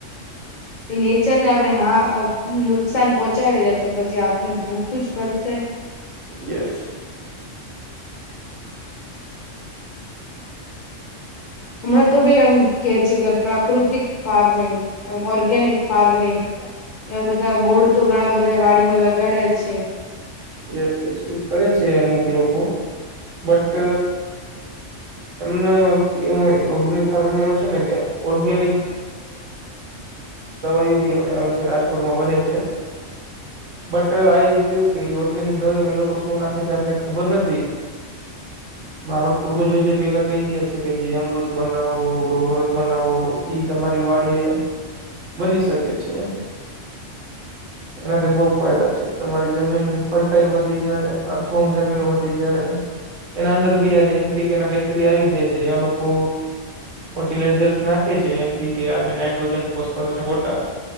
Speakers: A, on the left; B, on the right.
A: એ નેચરને આપણે હા નુકસાન પોહોંચાવી જાય તો પછી આપને ભૂકતું જ પડશે
B: યસ
A: હમણાં તો બી એમ કે છે કે પ્રાકૃતિક ફાર્મિંગ ઓર્ગેનિક ફાર્મિંગ એવ બધા બોર્ડ તો ઘણા બધા વાડીમાં લગાડ્યા છે
B: યસ યસ એ કરે છે અમુક લોકો બટ એમ એ ઓર્ગેનિક ફાર્મિંગ એ છે ને કે ઓર્ગેનિક દવાઈ બી આવે છે રાજકોટમાં બને છે બટ આઈ બિલીવ કે ઓર્ગેનિક દવામાં એ લોકો શું નાખે છે આપને ખબર નથી
A: <unintelligible>
B: પણ આપડે પૂર્વજો જે પેલા કઈ ગયા છે કે જે અમૃત બનાવો ગૌમૃત બનાવો ઈ તમારી વાડી એ બની શકે છે
A: <unintelligible>
B: એનાથી બહુ ફાયદા છે તમારી જમીનની ફર્ટાાઈલ વધી જાય અર્થફોર્મ જમીનો વધી જાય એના અંદર બી આજે એનપી અને બેક્ટેરિયા આવી જાય છે એ લોકો ફર્ટિલાઈઝર્સ નાખે છે એન પ કે આવે નાઇટ્રોજન ફોસ્ફરસ અને પોટશ